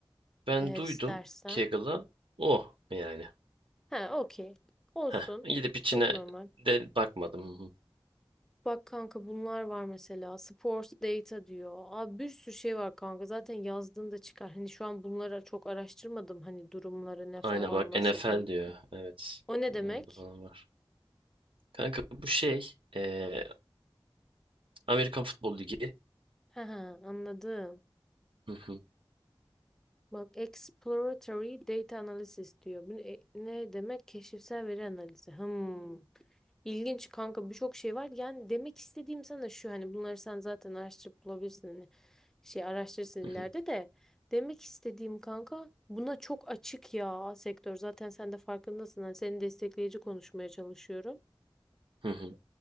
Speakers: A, on the right (about 75°); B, in the centre.
A: Ben
B: Eğer
A: duydum
B: istersen.
A: Kaggle'ı. Oh yani.
B: He okey. Olsun.
A: Heh, gidip içine
B: Çok normal.
A: de bakmadım. Hı hı.
B: Bak kanka bunlar var mesela. Sports data diyor. Abi bir sürü şey var kanka. Zaten yazdığında çıkar. Hani şu an bunlara çok araştırmadım. Hani durumları ne falan
A: Aynen bak
B: nasıl
A: NFL
B: iyi.
A: diyor. Evet.
B: O ne
A: Bunlarda
B: demek?
A: falan var. Kanka bu şey eee, Amerikan Futbol Ligi.
B: Ha he anladım.
A: Hı hı,
B: Bak exploratory data analysis diyor. Bu ne, e, ne demek? Keşifsel veri analizi. Hmm. İlginç kanka birçok şey var. Yani demek istediğim sana şu hani bunları sen zaten araştırıp bulabilirsin. Hani şey araştırırsın
A: hı
B: ileride
A: hı,
B: de. Demek istediğim kanka buna çok açık ya sektör. Zaten sen de farkındasın. Hani seni destekleyici konuşmaya çalışıyorum.
A: hı hı.